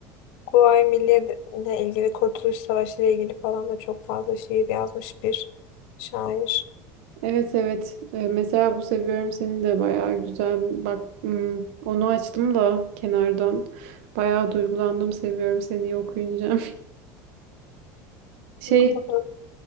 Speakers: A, on the left (about 55°); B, on the right (about 65°).
A: Kuvayi Milliye ile ilgili, Kurtuluş Savaşı ile ilgili falan da çok fazla şiir yazmış bir şair.
B: Evet evet. Ee, mesela bu Seviyorum Seni de bayağı güzel. Bak hmm, onu açtım da kenardan. Bayağı duygulandım Seviyorum Seni okuyunca. <laughs> Şey
A: Oku bakalım.